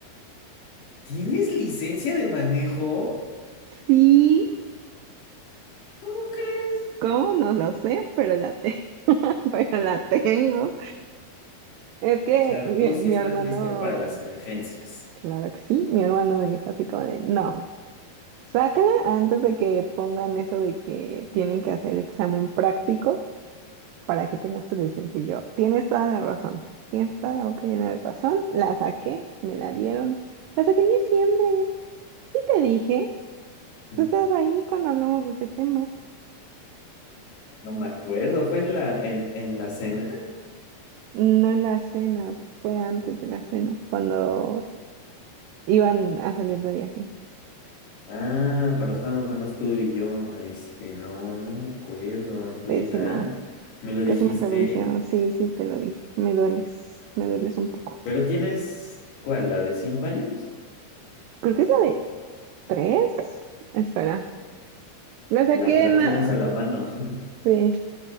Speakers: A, on the left (about 85°); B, on the right (about 85°).
A: ¿Tienes licencia de manejo?
B: Sí,
A: ¿Cómo crees?
B: ¿Cómo? No lo sé, pero la te, <laughs> Pero la tengo. Es que
A: O sea,
B: mi,
A: tú sí
B: mi
A: estás
B: hermano,
A: lista para las emergencias.
B: claro que sí, mi hermano me dijo así como de, no, sácala antes de que pongan eso de que tienen que hacer examen práctico para que tengas tu licencia. Y yo, tienes toda la razón, tienes toda la boca llena de razón. La saqué, me la dieron, la saqué en diciembre. Sí te dije,
A: Mm,
B: tú estabas ahí cuando hablamos de ese tema.
A: No me acuerdo, ¿fue en la, en, en la cena?
B: No en la cena, fue antes de la cena, cuando... Iban a salir de viaje.
A: Ah, cuando estábamos nada más tú y yo. Este, no, no me acuerdo. ¿Neta?
B: Pésimo,
A: ¿Me lo
B: pésimo
A: dijiste?
B: servicio. Sí, sí, te lo dije. Me dueles, me dueles un poco.
A: Pero tienes, ¿cuál? ¿La de cinco años?
B: Creo que es la de tres. Espera. La saqué
A: La, la
B: en... la-
A: tienes a la mano. <laughs>
B: Sí.